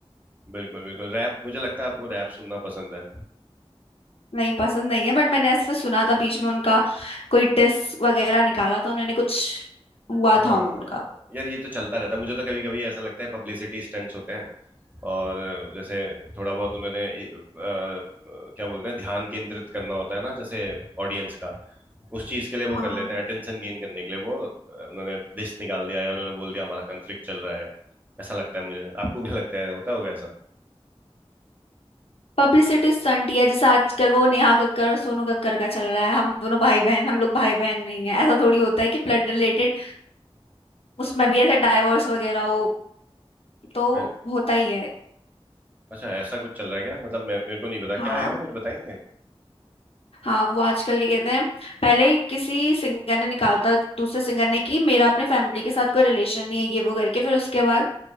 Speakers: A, on the right (about 15°); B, on the left (about 70°).
A: बिल्कुल बिल्कुल रैप मुझे लगता है आपको रैप सुनना पसंद है
B: नहीं पसंद नहीं है बट मैंने ऐसे सुना था बीच में उन्होंने उनका कोई डिस वगैरह निकाला था उन्होंने कुछ हुआ
A: हाँ
B: था उनका
A: यार ये तो चलता रहता है मुझे तो कभी कभी ऐसा लगता है पब्लिसिटी स्टंट्स होते हैं और जैसे थोड़ा बहुत उन्होंने अ, क्या बोलते हैं ध्यान केंद्रित करना होता है ना जैसे ऑडियंस का उस चीज के लिए वो
B: हाँ
A: कर लेते हैं अटेंशन गेन करने के लिए वो अ, उन्होंने दिस निकाल दिया या उन्होंने बोल दिया हमारा कन्फ्लिक्ट चल रहा है ऐसा लगता है मुझे आपको क्या लगता है होता होगा ऐसा
B: पब्लिसिटी स्टंट ही है जैसे आजकल वो नेहा कक्कर और सोनू कक्कर का चल रहा है हम दोनों भाई बहन हम लोग भाई बहन नहीं है ऐसा थोड़ी होता है कि ब्लड रिलेटेड उसमें भी ऐसे डाइवोर्स वगैरह हो तो
A: अ,
B: होता ही है
A: अच्छा ऐसा कुछ चल रहा है क्या मतलब मैं मेरे को नहीं पता क्या
B: हाँ
A: है कुछ बताएंगे
B: हाँ वो आजकल क्या कहते हैं पहले किसी सिंगर ने निकालता दूसरे सिंगर ने कि मेरा अपने फैमिली के साथ कोई रिलेशन नहीं है ये वो करके फिर उसके बाद